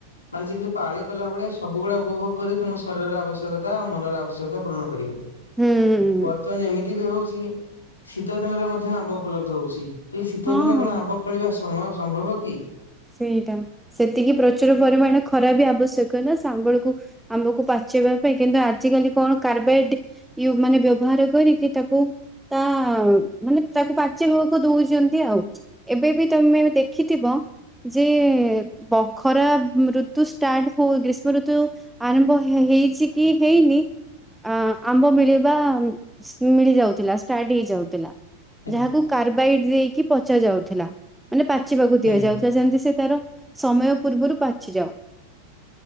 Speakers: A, on the left; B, in the centre.
A: ମାନେ ଯେମିତି ପାଳି ଗଲା ଭଳିଆ ସବୁ ଗୁଡା ଉପଭୋଗ କରି ତମ ଶରୀର ଆବଶ୍ୟକତା ଆଉ ମନର ଆବଶ୍ୟକତା ପୂରଣ କରିବ।
B: ହୁଁ ହୁଁ ହୁଁ,
A: ବର୍ତ୍ତମାନ ଏମିତି ବି ହଉଛି ଶୀତ ଦିନରେ ମଧ୍ୟ ଆମ୍ବ ଉପଲବ୍ଧ ହଉଛି। ହେହଲେ ଶୀତ
B: ହଁ
A: ଦିନ
B: ହଁ
A: କଣ ଆମ୍ବ ଫଳିବାୟ ସମ୍ଭବ କି?
B: ସେଇଟା, ସେତିକି ପ୍ରଚୁର ପରିମାଣ ଖରା ବି ଆବଶ୍ୟକ ନା ସାଙ୍ଗଳକୁ ଆମ୍ବକୁ ପାଚେଇବା ପାଇଁ କିନ୍ତୁ ଆଜିିକାଲି କଣ କାର୍ବାଇଟ ୟୁବ ମାନେ ବ୍ୟବହାର କରିକି ତାକୁ ତା ମାନେ ତାକୁ ପାଚିବାକୁ ଦଉଛନ୍ତି ଆଉ। ଏବେ ବି ତମେ ଦେଖିଥିବ ଯେ ବଖରା ଋତୁ ଷ୍ଟାର୍ଟ ହଉ ଗ୍ରୀଷ୍ମ ଋତୁ ଆରମ୍ଭ ହେଇଛି କି ହେଇନି ଅ ଆମ୍ବ ମିଳିବା ମିଳିଯାଉଥିଲା ଷ୍ଟାର୍ଟ ହେଇଯାଉଥିଲା।
A: ଆଜ୍ଞା
B: ଯାହାକୁ କାର୍ବାଇଡ ଦେଇକି ପଚା ଯାଉଥିଲା ମାନେ ପାଚିବାକୁ
A: ହୁଁ
B: ଦିଆଯାଉଥିଲା। ଯେନ୍ତି ସେ ତାର ସମୟ ପୂର୍ବରୁ ପାଚିଯାଉ।